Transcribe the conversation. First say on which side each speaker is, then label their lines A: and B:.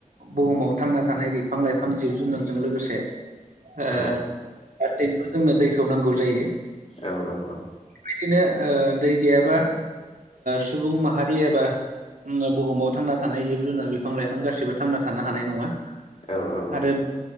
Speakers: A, on the right; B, on the left.
A: बुहुमाव थांना थानाय बिफां लाइफां जिब जुनारजों लोगोसे ओ
B: औ
A: गासैबो जोंनो दैखौ नांगौ जायो
B: औ औ
A: बेबायदिनो दै गैयाबा सुबुं माहारि एबा बुहुमाव थांना थानाय जिब जुनार बिफां लाइफां गासिबो थांना थानो हानाय नङा
B: औ-औ
A: आरो